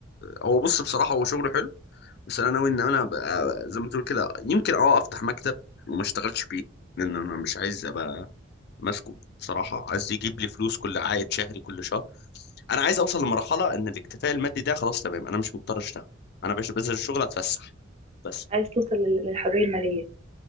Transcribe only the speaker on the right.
عايز توصل لل- للحرية المالية